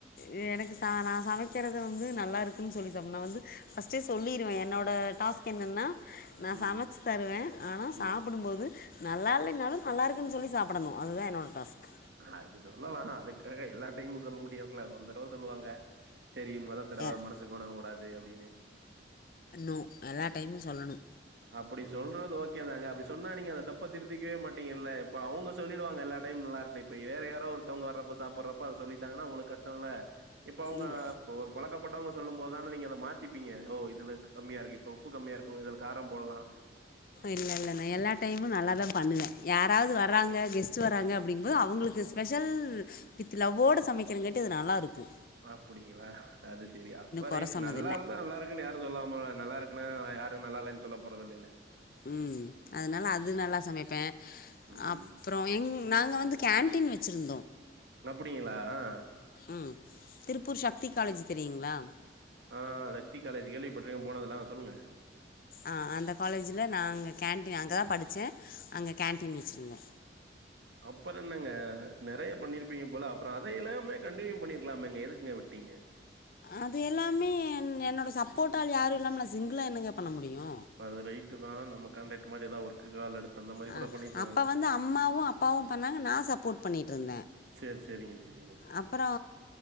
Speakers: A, on the left (about 50°); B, on the right (about 75°).
A: ஏ எனக்கு சா நா சமைக்கிறத வந்து நல்லா இருக்குன் சொல்லி சாப்டுணு நா வந்து பஸ்ட்டே சொல்லிருவே என்னோட டாஸ் க் என்னன்னா நா
B: ம்.
A: சமைச்சு தருவே ஆனா சாப்
B: ம்.
A: பிடும் போது நல்லா இல்லைனாலு நல்லா இருக்குன்னு சொல்லி சாப்பிடணு அதுதா என்னோட டாஸ்க்
B: அது சொல்லலா அதுக்காக எல்லா டைமு சொல்ல முடியாதுல ஒரு தடவ சொல்லுவாங்க சரி மொத தடவ
A: எல்
B: மனசு கோணகூடாது அப்டின்னு
A: நோ எல்லா டைமு சொல்லணு
B: அப்டி சொல்றது ஓகே தாங்க அப்டி சொன்னா நீங்க அந்த தப்ப திருத்திக்கவே மாட்டீங்கல்ல இப்ப அவங்க சொல்லிடுவாங்க எல்லா டைம் நல்லா இருக்குனு இப்ப வேற யாரோ ஒருத்தவங்க வர்றப்ப சாப்பிறப்போ அத சொல்லிட்டாங்கன்னா உங்களுக்கு கஷ்டோ இல்ல இப்ப அவுங்க
A: இல்ல
B: இப்போ ஒரு பழக்கப்பட்டவங்க சொல்லு போதுதான நீங்க அத மாத்திப்பங்க ஓ இதுல கம்மியா இருக்கு இப்ப உப்பு கம்மியா இருக்கு இதுல காரம்போடலா
A: இல்ல இல்ல நா எல்லா டைமு நல்லா தா பண்ணுவே யாராவது வர்ராங்க கெஸ்ட் வாரங்க அப்டிங்கபோது அவங்களுக்கு ஸ்பெஷல் வித் லவ்வோட சமைக்கிறங்காட்டி அது நல்லா இருக்கு
B: அப்படிங்களா அது செரி அப்ப ரைட்டு
A: கொற சொன்னதில்ல
B: நல்லா இருந்தா நல்லா இருக்குன்னு யாரு சொல்லாமல் நல்லா இருக்குன்னா யாரு நல்லா இல்லைன்னு சொல்ல போறதில்லைல
A: ம் அதுனால அது நல்லா சமைப்பே
B: ம்.
A: அப் அப்றோ எங் நாங்க வந்து கேன்டீன் வச்சுருந்தோ
B: அப்புடிங்களா அ
A: ம் திருப்பூர் சக்தி காலேஜ் தெரியுங்களா
B: ஆ சக்தி காலேஜ் கேள்விப்பட்டிருக்கே போனதில்ல அ சொல்லுங்க
A: ஆ அந்த காலேஜில நா அங்கே கேண்டடீன் அங்க தா படிச்சே அங்க கேண்டடீன் வச்சுருந்தே
B: அப்பறோ என்னங்க நெறைய பண்ணிருப்பீங்க போல அப்பறோ அதைய எல்லாமே கண்டினியூ பண்ணிருக்கலாம்மேங்க எதுக்குங்க விட்டீங்க
A: அது எல்லாமே என் என்னோட சப்போர்ட் ஆல் யாரு இல்லாம நா சிங்கிளா என்னங்க பண்ண முடியு
B: அது ரைட்டு தா நம்ம காண்டாக்ட் மாரி ஏதாவதது ஒர்க் கால் <unintelligible> அடுத் அந்த மாரி
A: ஆ
B: கூட பண்ணியிருக்கலாம்ல.
A: அப்போ வந்து அம்மாவு அப்பாவு பண்ணாங்க நா சப்போர்ட் பண்ணிட்டு இருந்தே
B: செரி செரிங்க செரிங்க
A: அப்பறோ